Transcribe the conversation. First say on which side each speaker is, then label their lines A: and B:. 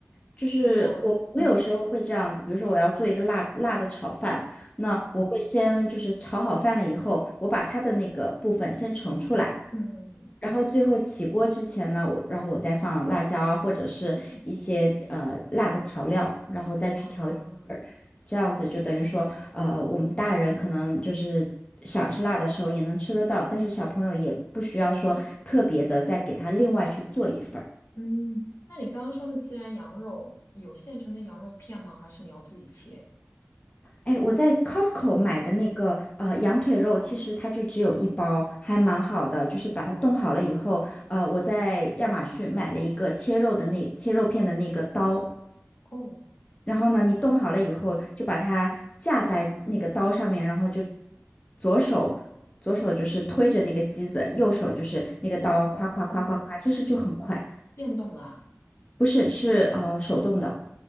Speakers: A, on the left; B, on the left.
A: 就是我，
B: 不过，
A: 我有时候会这样子，
B: 嗯
A: 比如说我要做一个辣辣的炒饭，那我会先就是炒好饭了以后，
B: 嗯
A: 我把它的那个部分先盛出来，
B: 嗯嗯
A: 然后最后起锅之前呢，我然后我再放辣椒啊，或者是一些呃辣的调料，然后再去调一调味儿，
B: 啊
A: 这样子就等于说，呃，我们大人可能就是想吃辣的时候也能吃得到，但是小朋友也不需要说特别的再给他另外去做一份儿。
B: 嗯，那你刚刚说的孜然羊肉有现成的羊肉片吗？还是你要自己切？
A: 哎，我在 Costco 买的那个呃羊腿肉，其实它就只有一包，还蛮好的。就是把它冻好了以后，呃，我在亚马逊买了一个切肉的那切肉片的那个刀，
B: 哦
A: 然后呢，你冻好了以后，就把它架在那个刀上面，然后就左手左手就是推着那个机子，右手就是那个刀，夸夸夸夸夸，
B: 哦，
A: 其实就很快。
B: 电动的啊，
A: 不是，是呃手动的，